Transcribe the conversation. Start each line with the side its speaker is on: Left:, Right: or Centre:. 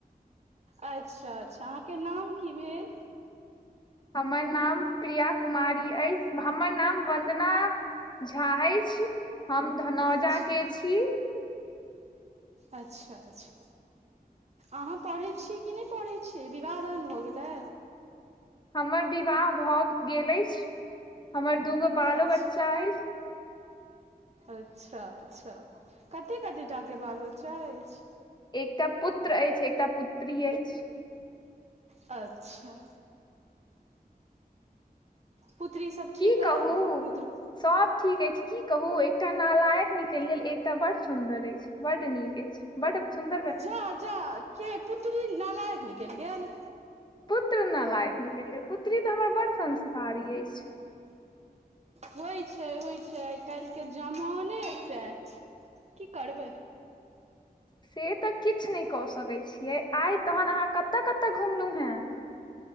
Right: अच्छा -अच्छा अहाँ के नाम की भेल।
Left: हमर नाम प्रिया कुमारी अय, हमर नाम वन्दना झा अइछ। हम धनौजा
Right: अच्छा
Left: के छी।
Right: अच्छा- अच्छा। अहाँ पढ़य छियै कि नय पढ़य छियै, विवाह दान भ गेले।
Left: हमर विवाह भ गेल अइछ। हमर दूगो बालो
Right: अच्छा
Left: बच्चा अइछ।
Right: अच्छा -अच्छा। कते कते टा के बाल बच्चा अइछ।
Left: एकटा पुत्र अइछ एकटा पुत्री अइछ।
Right: अच्छा। पुत्री सब ठीक
Left: की
Right: अइ
Left: कहू
Right: पुत्र
Left: सब ठीक अइछ, की कहू एकटा नालायक निकलि गेल एकटा बड़ सुंदर अइछ। बड नीक अइछ। बड सुंद
Right: जा- जा के पुत्री नालायक निकलि गेल।
Left: पुत्र नालायक निकलि गेल पुत्री त हमर बड संस्कारी अइछ।
Right: होय छय होय छय आइ काल्हिके जमाने सेह छय की करबय।
Left: से त किछ नय क सकय छियै। आय तखन अहाँ कत कत घुमलंहु एँ।